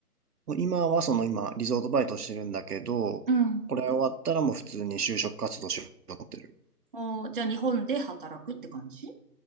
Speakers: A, on the right (about 70°); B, on the right (about 35°).
A: 今はその今リゾートバイトしてるんだけど、
B: うん。
A: これ終わったらもう普通に就職活動しようと思ってる。
B: おー、じゃあ日本で働くって感じ